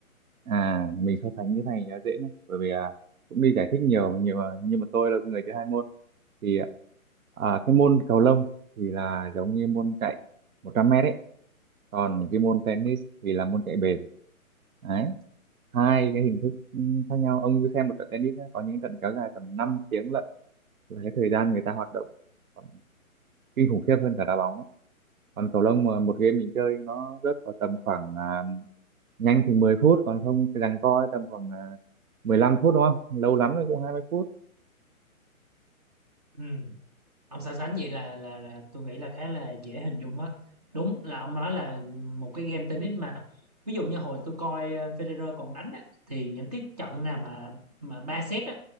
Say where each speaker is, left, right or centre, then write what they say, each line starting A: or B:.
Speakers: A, on the right; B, on the right.
A: à mình so sánh cái này là dễ nhé bởi vì à, cũng đi giải thích nhiều nhiều nhưng mà tôi là người chơi hai môn thì à, cái môn cầu lông thì là giống như môn chạy 100 mét ấy còn cái môn tennis thì là môn chạy bền đấy hai cái hình thức ừ, khác nhau ông cứ xem một trận tennis nhá, có những trận kéo dài tầm 5 tiếng lận là cái thời gian người ta hoạt động còn kinh khủng khiếp hơn cả đá bóng đấy còn cầu lông mà một game mình chơi nó rớt vào tầm khoảng à, nhanh thì 10 phút còn không thì giằng co tầm khoảng à, 15 phút đúng không lâu lắm rồi cũng 20 phút
B: ừ ông so sánh vậy là là là tôi nghĩ là khá là dễ hình dung á đúng là ông nói là một cái game tennis mà ví dụ như hồi tôi coi ờ, Federer còn đánh á, thì những cái trận nào mà mà ba set á